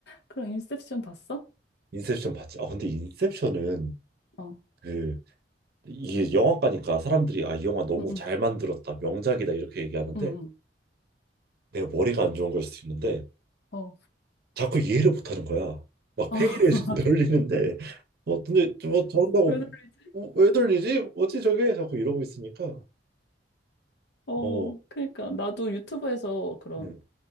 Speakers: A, on the left (about 65°); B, on the right (about 60°).
A: 그럼 인셉션 봤어?
B: 인셉션 봤지? 아 근데 인셉션은
A: 어,
B: 그 이게 영화과니까 사람들이 아 이 영화 너무
A: 응응,
B: 잘 만들었다 명작이다 이렇게 얘기하는데
A: 응응,
B: 내가 머리가 안 좋은 걸 수도 있는데
A: 어, 어,
B: 자꾸 이해를 못하는 거야. 막
A: <laughs>
B: 팽이를 <laughs> 돌리는데 어, 근데 뭐 저런다고
A: 왜 놀리?
B: 어, 왜 돌리지? 뭐지 저게? 자꾸 이러고 있으니까
A: 어,
B: 어,
A: 그러니까 나도 유튜브에서 그런
B: 음,